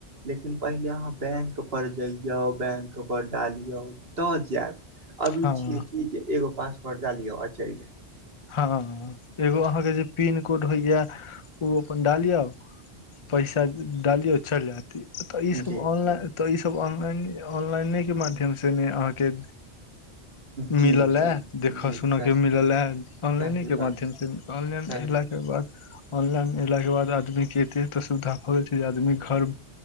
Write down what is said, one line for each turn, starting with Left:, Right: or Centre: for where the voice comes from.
Right: लेकिन पहिले अहाँ बैंकपर जइऔ बैंकपर डालियौ तऽ जैत अभी
Left: हँ
Right: छियै कि जे एगो पासवर्ड डालियौ आ चइल जैत।
Left: हँ एगो अहाँके जे पिनकोड होइया ओ अपन डालियौ पैसा डालिऔ चलि जैत। तऽ ईसब
Right: जी
Left: ऑनलाइन
Right: जी
Left: तऽ ईसब ऑनलाइन ऑनलाइनेके माध्यमसँ ने अहाँके
Right: जी
Left: मिलल ला
Right: जी
Left: देखऽ
Right: जी
Left: सुन
Right: सही
Left: के मिलल ला ऑनलाइने
Right: सही
Left: के
Right: बात
Left: माध्यम से ऑनलाइन
Right: सही
Left: एलाक बाद ऑनलाइन एलाके बाद आदमी के एते त सुविधा भऽ गेल छै जे आदमी घर